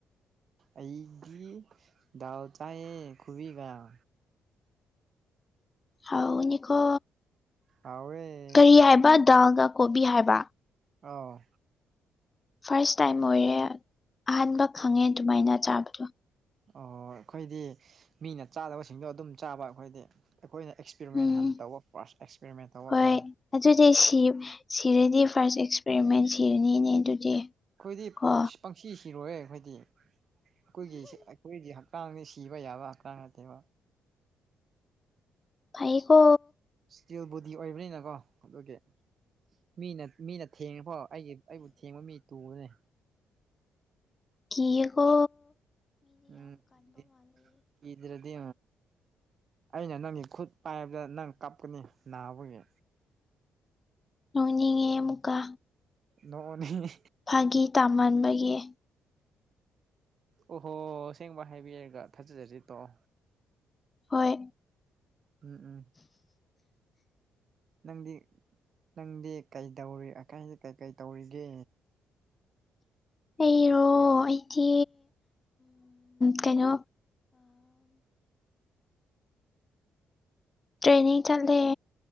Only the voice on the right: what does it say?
ꯑꯩꯒꯤ ꯎ ꯆꯌꯦꯦ ꯈꯨꯕ ꯀꯌꯥꯝ
ꯇꯋꯦ
ꯑꯥꯎ
ꯑꯣ ꯑꯩꯈꯣꯏꯗꯤ ꯃꯤꯅ ꯆꯥꯗꯕꯁꯤꯡꯗꯣ ꯑꯗꯨꯝ ꯆꯥꯕ ꯑꯩꯈꯣꯏꯗꯤ ꯑꯩꯈꯣꯏꯅ ꯑꯦꯛꯁ ꯑꯦꯛꯁꯄꯔꯤꯃꯦꯟ
ꯍꯥꯟꯅ ꯇꯧꯕ ꯐꯥꯔꯁ ꯑꯦꯛꯁꯄꯦꯔꯤꯃꯦꯟ ꯇꯧꯕ
ꯑꯩꯈꯣꯏꯅ
ꯑꯩꯈꯣꯏꯗꯤ
ꯄꯪꯁꯤ ꯁꯤꯔꯣꯏ ꯑꯩꯈꯣꯏꯗꯤ ꯑꯩꯈꯣꯏꯒꯤ ꯑꯩꯈꯣꯏꯒꯤ ꯈꯥꯡꯅ ꯁꯤꯕ ꯌꯥꯕ ꯈꯥꯡ ꯉ ꯊꯦꯕꯣ
ꯏꯁꯇꯤꯜ ꯕꯨꯗꯤ ꯑꯣꯏꯕꯅꯤꯅꯀꯣ ꯑꯗꯨꯒꯤ ꯃꯤꯅ ꯃꯤꯅ ꯊꯦꯡꯉꯦꯀꯣ ꯑꯩꯒꯤ ꯑꯩꯕꯨ ꯊꯦꯡꯕ ꯃꯤ ꯇꯨꯕꯅꯦ
ꯎꯝ ꯊꯦ ꯀꯤꯗ꯭ꯔꯗꯤ ꯑꯩꯅ ꯅꯪꯒꯤ ꯈꯨꯠ ꯄꯥꯏꯕꯗ ꯅꯪ ꯀꯞꯀꯅꯤ ꯅꯥꯕꯒꯤ
ꯅꯣꯡꯅꯤ
ꯑꯣꯍꯣ ꯁꯦꯡꯕ ꯍꯥꯏꯕꯤꯔꯒ ꯊꯥꯖꯔꯁꯤ ꯇꯣꯑꯣ
ꯎꯝ ꯎꯝ ꯅꯪꯗꯤ ꯅꯪꯗꯤ ꯀꯩ ꯇꯧꯔꯤ ꯑꯀꯥꯏꯁꯤ ꯀꯩꯀꯩ ꯇꯧꯔꯤꯒꯦ